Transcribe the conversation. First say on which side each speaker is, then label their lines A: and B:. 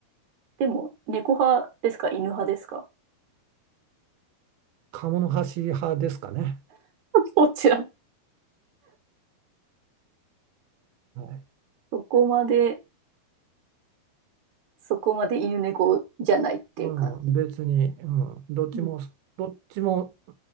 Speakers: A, on the right; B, on the right.
A: でも、猫派ですか、犬派ですか
B: 鴨の橋派ですかね。
A: どちら
B: はい
A: そこまで、そこまで犬猫じゃないっていう感じ。
B: うん、別に、うん、どっちも、
A: うん。
B: どっちも